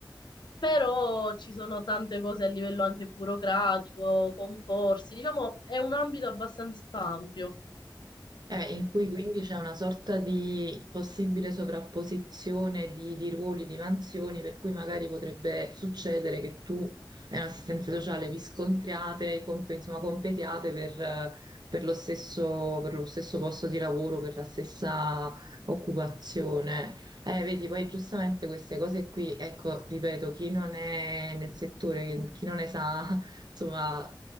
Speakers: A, on the left (about 65°); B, on the right (about 60°).
A: però ci sono tante cose a livello anche burocratico, concorsi, diciamo è un ambito abbastanza ampio.
B: Eh, in cui quindi c'è una sorta di possibile sovrapposizione di, di ruoli, di mansioni, per cui magari potrebbe succedere che tu e un'assistenza sociale vi scontriate, comp- insomma, competiate per, eh, per lo stesso, per lo stesso posto di lavoro, per la stessa occupazione. Eh, vedi, poi giustamente queste cose qui, ecco, ripeto, chi non è nel settore, chi non ne sa, insomma,